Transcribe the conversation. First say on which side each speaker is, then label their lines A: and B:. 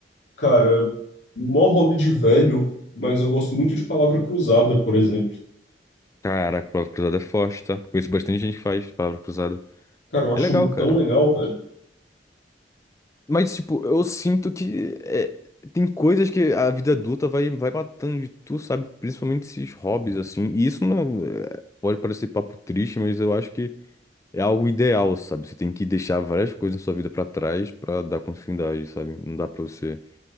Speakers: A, on the left; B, on the left.
A: Cara, mó hobby de velho, mas eu gosto muito de palavra cruzada, por exemplo.
B: Caraca, palavra cruzada é forte, tá? Conheço bastante gente que faz palavra cruzada.
A: Cara, eu
B: É
A: acho
B: legal, cara.
A: tão legal, velho.
B: Mas, tipo, eu sinto que é, tem coisas que a vida adulta vai, vai matando de tu, sabe? Principalmente esses hobbies, assim. E isso não é- pode parecer papo triste, mas eu acho que. É algo ideal, sabe? Você tem que deixar várias coisas na sua vida pra trás pra dar continuidade, sabe? Não dá pra você